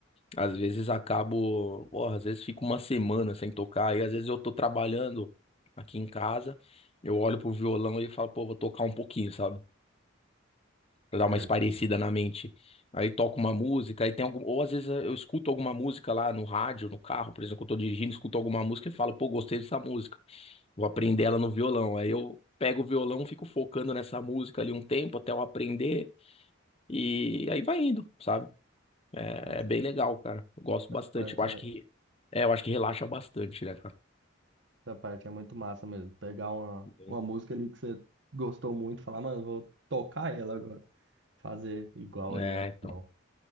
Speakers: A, on the left (about 30°); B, on the right (about 65°).
A: Às vezes acabo, porra, às vezes fico uma semana sem tocar, e às vezes eu tô trabalhando aqui em casa, eu olho pro violão e falo, pô, vou tocar um pouquinho, sabe? Pra dar
B: Certo,
A: uma espairecida na mente. Aí toco uma música, aí tem algum... ou às vezes eu escuto alguma música lá no rádio, no carro, por exemplo, eu tô dirigindo, escuto alguma música e falo, pô, gostei dessa música, vou aprender ela no violão. Aí eu pego o violão, fico focando nessa música ali um tempo até eu aprender, e aí vai indo, sabe? É,
B: Essa
A: é bem legal, cara. Eu gosto bastante.
B: parte
A: Eu acho
B: é
A: que, é, eu acho que relaxa bastante, né, cara?
B: Essa parte é muito massa mesmo. Pegar uma,
A: Uhum.
B: uma música ali que você gostou muito, falar, mano, vou tocar ela agora. Fazer igual
A: É,
B: ali é muito
A: então.
B: bom.